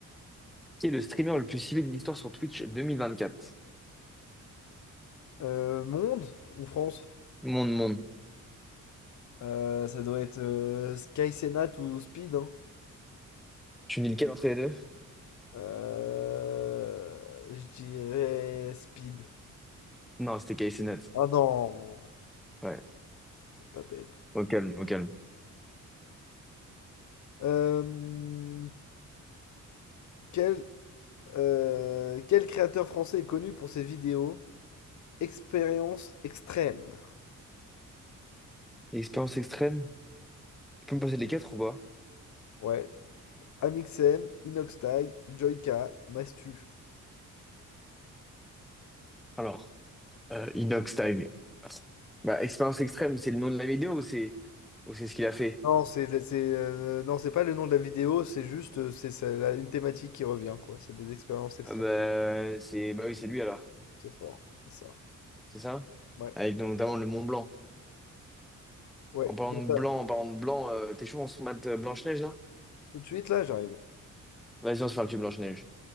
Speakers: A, in the centre; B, on the left.
A: qui est le streamer le plus suivi de l'histoire sur Twitch 2024?
B: Euh, Monde ou France?
A: Monde, monde.
B: Euh, ça doit être euh, Sky Senat ou Speed, hein.
A: Tu me dis lequel entre les deux?
B: Euh, je dirais Speed.
A: Non, c'était KC Nat.
B: Ah non,
A: Ouais.
B: c'est pas belle.
A: Au calme, au calme.
B: Euh, quel Euh, quel créateur français est connu pour ses vidéos Expérience extrême.
A: Expérience extrême? Tu peux me passer les quatre ou pas?
B: Ouais. Amixem, Inoxtag, Joyka, Mastu.
A: Alors, euh, Inox Tag. Bah, expérience extrême, c'est le nom de la vidéo ou c'est ou c'est ce qu'il a fait?
B: Non, c'est c'est, euh, non, c'est pas le nom de la vidéo, c'est juste euh, c'est ça, la- une thématique qui revient quoi. C'est des expériences extrêmes.
A: Ah bah, c'est bah oui, c'est lui alors.
B: C'est fort, c'est ça.
A: c'est ça?
B: Ouais.
A: Avec donc, notamment le Mont Blanc.
B: Ouais.
A: En parlant
B: Donc,
A: de blanc,
B: là,
A: en parlant de blanc, euh, t'es chaud, on se mate euh, Blanche-Neige là?
B: Tout de suite là, j'arrive.
A: Vas-y, on se fait un petit Blanche-Neige.